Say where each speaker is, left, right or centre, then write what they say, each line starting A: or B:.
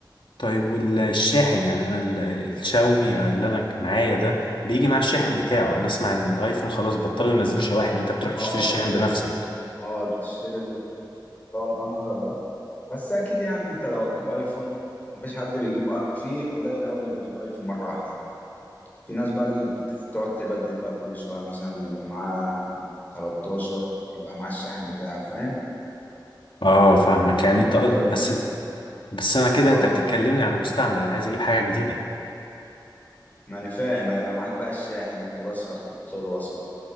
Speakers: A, on the left; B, on the left.
A: طيب والشاحن يعني انا ال- الشاومي اللي انا معايا ده بيجي مع الشاحن بتاعه انا اسمع ان الايفون خلاص بطلوا ينزلوا شواحن انت بتروح تشتري
B: اه
A: الشاحن
B: بين
A: بنفسك
B: اه بتشتري اللي هو الانكر ده بس اكيد يعني انت لو هتجيب ايفون مفيش حد بيجيب آ- في قليل قوي اللي بيجيب ايفون مرة واحدة في ناس بقى اللي بتقعد تبدل بقى كل شوية مثلا يبقى معاه 13 يبقى معاه الشاحن بتاعه فاهم
A: اه فاهمك يعني
B: غير
A: انت
B: دلوقتي
A: بس بس انا كده
B: اه
A: انت بتتكلمني على مستعمل انا عايز اجيب حاجه جديده
B: ما انا فاهم هيبقى معاك بقى الشاحن انت بس هتحط الوصلة